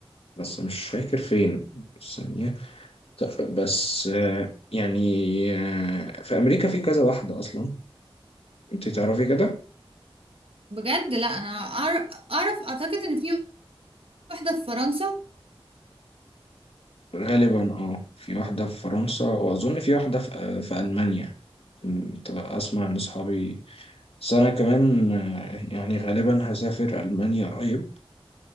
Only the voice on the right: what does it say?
بجد لا انا أعر- اعرف اعتقد ان في واحدة في فرنسا